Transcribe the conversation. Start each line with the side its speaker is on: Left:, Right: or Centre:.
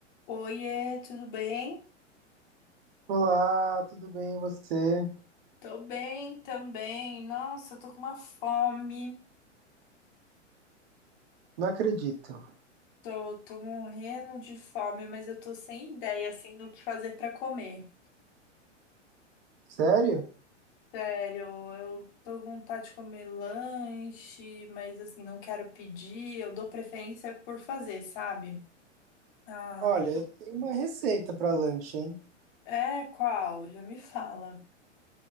Left: Oiê, tudo bem?
Right: Olá, tudo bem e você?
Left: Tô bem também. Nossa, eu tô com uma fome.
Right: Não acredito.
Left: Tô, tô morrendo de fome, mas eu tô sem ideia, assim, do que fazer pra comer.
Right: Sério?
Left: Sério, eu tô com vontade de comer lanche, mas, assim, não quero pedir. Eu dou preferência por fazer, sabe? Ah,
Right: Olha, eu tenho uma receita para lanche, hein?
Left: é qual? Já me fala.